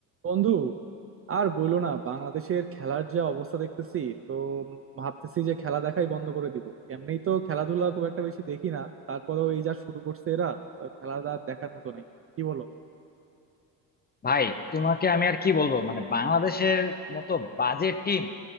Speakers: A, on the right; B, on the left.
A: বন্ধু আর বইলো না বাংলাদেশের খেলার যা অবস্থা দেখতেছি তো ভাবতেছি যে খেলা দেখাই বন্ধ করে দিব এমনি তো খেলাধুলা খুব একটা বেশি দেখি না তারপরেও এই যা শুরু করছে এরা তো খেলা আর দেখার মতো নাই কি বলো
B: ভাই তোমাকে আমি আর কি বলবো মানে বাংলাদেশের মতো বাজে টিম